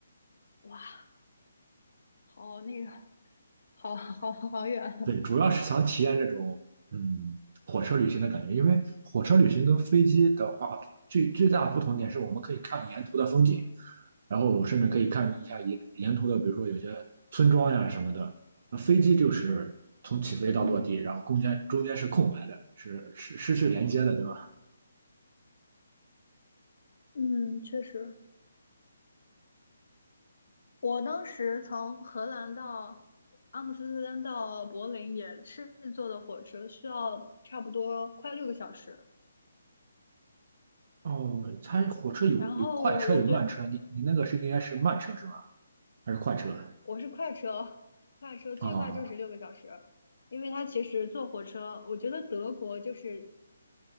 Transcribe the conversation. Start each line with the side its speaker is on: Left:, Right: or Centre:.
Left: 哇，好那个，好好好远。
Right: 对，主要是想体验这种嗯火车旅行的感觉，因为火车旅行跟飞机的话，最最大的不同点是我们可以看沿途的风景，然后甚至可以看一下沿沿途的，比如说有些村庄呀什么的。那飞机就是从起飞到落地，
Left: 嗯
Right: 然后中间中间是空白的，是是失去连接的，对吧？
Left: 嗯，确实，我当时从荷兰到阿姆斯特丹到柏林也是坐的火车，需要差不多快六个小时。
Right: 哦，它火车有有快车有慢车，
Left: 然后我觉得
Right: 你你那个是应该是慢车是吧？还是快车？
Left: 我是快车，快车最快就是六个小时，
Right: 哦
Left: 因为它其实坐火车，我觉得德国就是